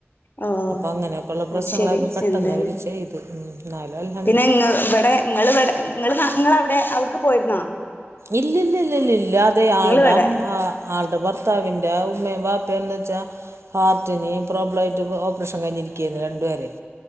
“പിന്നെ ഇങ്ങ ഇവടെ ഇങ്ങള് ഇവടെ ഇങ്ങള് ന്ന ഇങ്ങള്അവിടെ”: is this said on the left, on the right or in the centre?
Left